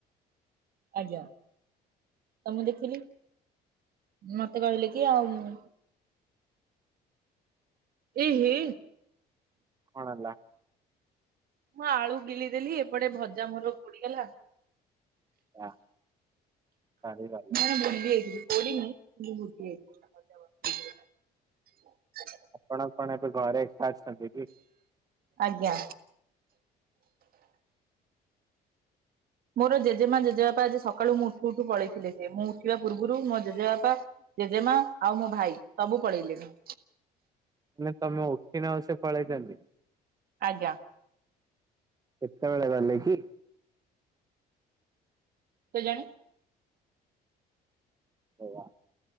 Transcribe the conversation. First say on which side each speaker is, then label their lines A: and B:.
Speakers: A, on the right; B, on the right.
A: ଆଜ୍ଞା ତ ମୁଁ ଦେଖିଲି। ମତେ କହିଲେ କି ଆଉ ମୁଁ ଏହେ।
B: କଣ ହେଲା?
A: ମୁଁ ଆଳୁ ଗିଳିଦେଲି ଏପଟେ ଭଜା ମୋର ପୋଡିଗଲା।
B: ଆ ସରିଗଲା
A: ମୁଁ ଭୁଲି ଯାଇଥିଲି। ପୋଡିନି <unintelligible>
B: ଆପଣଙ୍କ ଏବେ ଘରେ ଏକାଅଛନ୍ତି କି?
A: ଆଜ୍ଞା। ମୋର ଜେଜେମା ଜେଜେବାପା ଆଜି ସକାଳୁ ମୁଁ ଉଠୁ ଉଠୁ ପଳେଇଥିଲେ ସେ ମୁଁ ଉଠିବା ପୂର୍ବରୁ ମୋ ଜେଜେବାପା ଜେଜେମା ଆଉ ମୋ ଭାଇ ସବୁ ପଳେଇଲେଣିି।
B: ତମେ ଉଠକି ନ ଆସେ ଫଳେଇଛନ୍ତିି?
A: ଆଜ୍ଞା।
B: କେତେବେଳେ ଗଲେ କି?
A: କେଜାଣି?
B: ହଁ ବା।